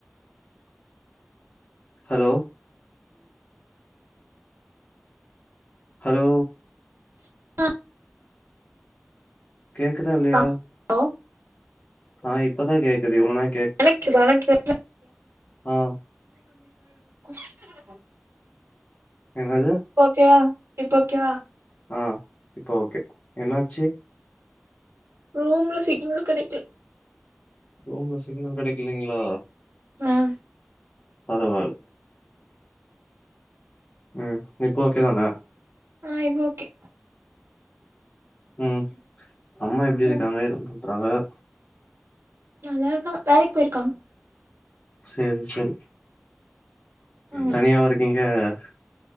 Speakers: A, on the left; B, on the right.
A: ஹலோ ஹலோ
B: <inaudible>
A: கேக்குதா இல்லையா
B: ஹலோ
A: ஆ இப்பதான் கேக்குது இவ்வளோ நேர
B: எனக்கு வணக்கு
A: ஆ
B: <unintelligible>
A: என்னது
B: ஓகேவா இப்போ ஒகே வா
A: ஆ இப்ப ஓகே என்னாச்சு
B: ரூம்ல சிக்னல் கடைகல
A: ரூம்ல சிக்னல் கிடைக்கல்லலைங்களா
B: ம்
A: பரவால ம் இப்போ ஓகே தான
B: ஆ இப்ப ஓகே
A: ம் அம்மா எப்படி இருக்காங்க
B: ம்
A: என்ன பண்றாங்க <inaudible>
B: நல்லா இருக்கா வேலைக்கு போயிருக்காங்க
A: சேரி சேரி
B: ம்
A: தனியாவா இருக்கீங்க ஆ